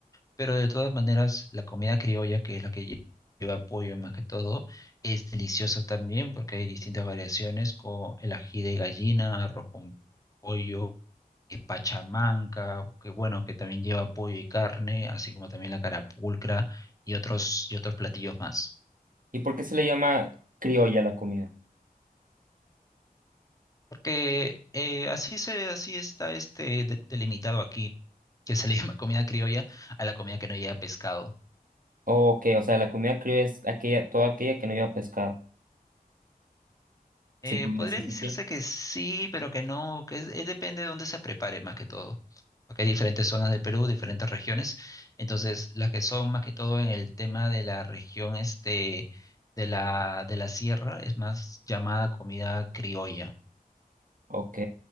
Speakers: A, on the left (about 20°); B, on the right (about 60°).
A: pero de todas maneras, la comida criolla, que es la que lle- lleva pollo más que todo, es deliciosa también porque hay distintas variaciones con el ají de gallina, arroz con pollo, eh, pachamanca, que bueno, que también lleva pollo y carne, así como también la carapulcra y otros, y otros platillos más.
B: ¿Y por qué se le llama criolla a la comida?
A: Porque eh, así se, así está este de- delimitado aquí, que se le <laughs> llama comida criolla a la comida que no lleva pescado.
B: O que, o sea, la comida criolla es aquella, toda aquella que no lleva pescado.
A: Eh,
B: Sí, podría
A: podría
B: decirse
A: decirse
B: así.
A: que sí, pero que no, que es, es depende de dónde se prepare más que todo. Porque hay diferentes zonas del Perú, diferentes regiones. Entonces, las que son más que todo en el tema de la región este de la, de la sierra es más llamada comida criolla.
B: Ok.